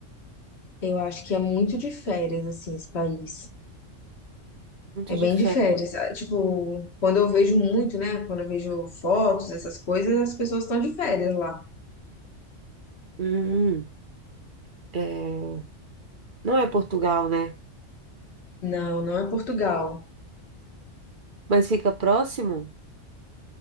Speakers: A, on the left; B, on the right.
A: Eu acho que é muito de férias, assim, esse país.
B: muito
A: É bem
B: de férias.
A: de férias. Ah, Tipo, quando eu vejo muito, né? Quando eu vejo fotos, essas coisas, as pessoas estão de férias lá.
B: Hum, é, não é Portugal, né?
A: Não, não é Portugal.
B: Mas fica próximo?